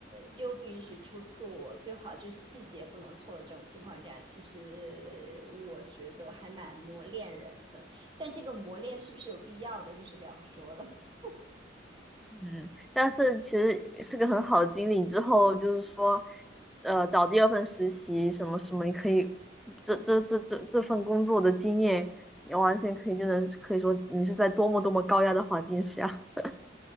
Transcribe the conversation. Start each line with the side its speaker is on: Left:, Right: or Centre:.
Right: 又不允许出错，最好就细节不能错的这种情况下，其实我觉得还蛮磨练人的。但这个磨练是不是有必要的，就是两说了。<laughs>
Centre: 嗯，但是其实是个很好的经历。之后就是说，呃，找第二份实习什么什么，你可以这这这这这份工作的经验，你完全可以，真的是可以说你是在多么多么高压的环境下 <laughs>